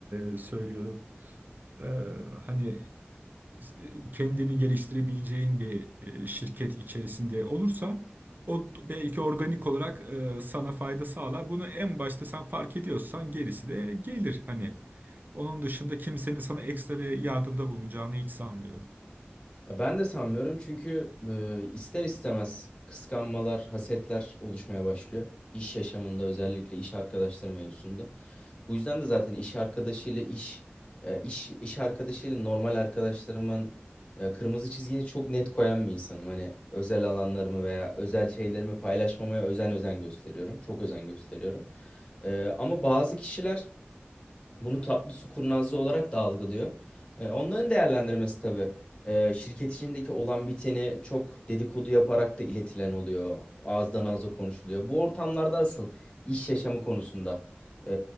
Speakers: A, on the right; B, on the left.
A: e, söylüyordum e, hani e, kendini geliştirebileceğin bir e, şirket içerisinde olursa o belki organik olarak e, sana fayda sağlar. Bunu en başta sen fark ediyorsan gerisi de gelir. Hani onun dışında kimsenin sana ekstra bir yardımda bulunacağını hiç sanmıyorum.
B: Ben de sanmıyorum çünkü e, ister istemez kıskanmalar, hasetler oluşmaya başlıyor. İş yaşamında özellikle iş arkadaşları mevzusunda. Bu yüzden de zaten iş arkadaşıyla iş, e, iş, iş arkadaşıyla normal arkadaşlarımın e, kırmızı çizgini çok net koyan bir insanım. Hani özel alanlarımı veya özel şeylerimi paylaşmamaya özen özen gösteriyorum. Çok özen gösteriyorum. Ee, ama bazı kişiler Bunu tatlı su kurnazlığı olarak da algılıyor. E, onların değerlendirmesi tabii. E, şirket içindeki olan biteni çok dedikodu yaparak da iletilen oluyor. Ağızdan ağza konuşuluyor. Bu ortamlarda asıl iş yaşamı konusunda. e,